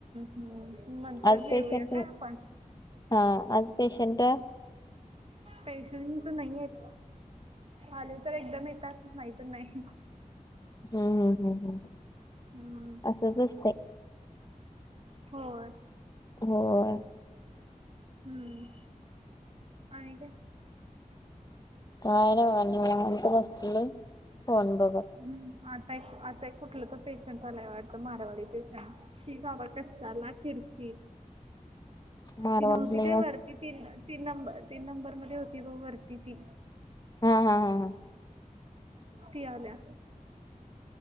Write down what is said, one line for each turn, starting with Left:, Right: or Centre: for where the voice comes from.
Right: हम्म! नंतर
Left: आज
Right: जेऊया
Left: पेशंट
Right: काय आपण?
Left: हा आज पेशंट
Right: पेशंट नाहीयेत. आले तर एकदम येतात नाहीतर नाही.
Left: हम्म हम् हम् हम्!
Right: हम्म!
Left: असंच असतं.
Right: होय
Left: होय!
Right: हम्म आणि काय?
Left: काय नाही निवांत बसलोय फोन बघत.
Right: हम् आता एक आता कुठलं तर पेशंट आलाय वाटतं मारावाडी पेशंट! शी बाबा कशाला किरकिर,
Left: मारवाडीला
Right: ती नव्हती
Left: या
Right: काय वरती? तीन तीन नंबर तीन नंबर मध्ये होती ब वरती ती.
Left: हा हा हा!
Right: ती आलिया.